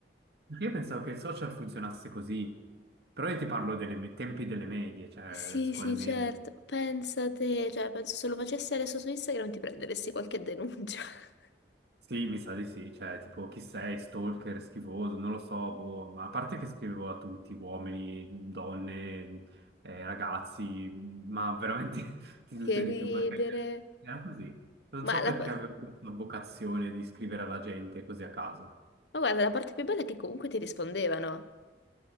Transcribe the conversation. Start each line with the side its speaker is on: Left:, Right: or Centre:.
Right: Perché io pensavo che il social funzionasse così, però io ti parlo dei tempi delle medie, cioè
Left: Sì,
Right: scuole
Left: sì,
Right: medie.
Left: certo. Pensa te. Cioè, penso se lo facessi adesso su Instagram ti prenderesti qualche denuncia. <laughs>
Right: Sì, mi sa di sì, cioè tipo chi sei, stalker, schifoso, non lo so, boh, ma a parte che scrivevo a tutti, uomini, donne, eh, ragazzi, ma veramente <laughs> di tutto
Left: Che
Right: e di
Left: ridere.
Right: più, perché era così. Non
Left: Ma,
Right: so
Left: la...
Right: perché
Left: ma
Right: avevo questa vocazione di scrivere alla gente così a caso.
Left: guarda, la parte più bella è che comunque ti rispondevano.